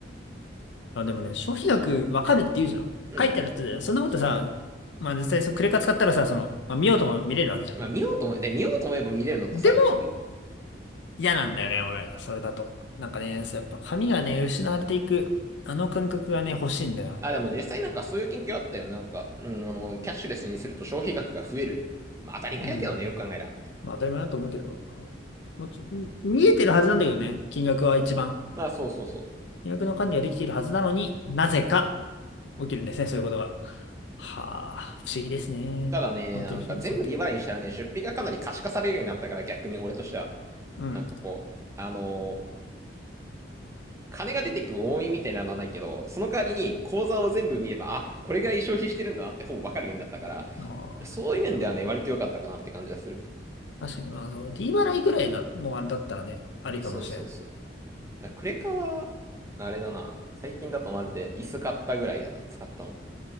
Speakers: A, on the left; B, on the right.
A: あ、でもね、消費額わかるって言うじゃん。
B: うん。
A: 書いてあるって言うじゃん。そんなことさ、まあ実際そのクレカ使ったらさ、その、まあ見ようとも見れるわけじゃん。
B: まあ見ようと思え、で、見ようと思えば見れるのとさ、
A: で
B: <laughs>
A: 嫌なんだよね、俺。それだと。なんかね、そうやっぱ髪がね、失われていく、あの感覚がね、欲しいんだよ。
B: あ、でも実際なんかそういう研究あったよね。なんか、うん、あの、キャッシュレスにすると消費額が増える。まあ当たり前だけどね、
A: うん。
B: よく考えら。
A: まあ当たり前だと思うけど。もうちょ、見えてるはずなんだけどね、金額は一番。
B: まあそうそうそう。
A: 金額の管理はできているはずなのになぜか起きるんですね、そういうことが。はあ、不思議ですね。
B: ただね、
A: 本当に不思議ですね。
B: なんか全部 D 払いにしたらね、出費がかなり可視化されるようになったから逆に俺としては、
A: うん。
B: なんかこう、あのー金が出てく多いみたいなのはないけど、その代わりに口座を全部見れば、あ、これぐらい消費してるんだなってほぼわかるようになったから、
A: ああ、
B: そういう面ではね、
A: なるほど。
B: 割と良かったかなって感じがする。
A: 確かに、まあ、そう、D 払いぐらいの、もうあれだったらね、ありかもしれん。
B: ね、そうそうそう。だからクレカは、あれだな。最近だとマジで椅子買ったぐらいだな、使ったの。